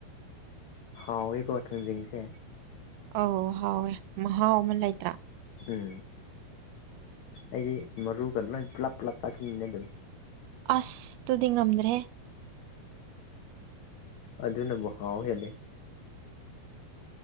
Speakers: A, on the left (about 70°); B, on the right (about 85°).
A: ꯍꯥꯎꯋꯥꯀꯣ ꯈꯥꯡꯖꯤꯡꯁꯦ
B: ꯑꯣ ꯍꯥꯎꯋꯦ ꯃꯍꯥꯎ ꯑꯃꯥ ꯂꯩꯇ꯭ꯔꯥ
A: ꯎꯝ ꯑꯩꯗꯤ ꯃꯔꯨꯒ ꯂꯣꯏ ꯄꯨꯂꯞ ꯄꯨꯂꯞ ꯆꯥꯁꯤꯟꯕꯅꯦ ꯑꯗꯨꯝ
B: ꯑꯁꯇꯨꯗꯤ ꯉꯝꯗ꯭ꯔꯦ
A: ꯑꯗꯨꯅꯕꯨ ꯍꯥꯎ ꯍꯦꯂꯦ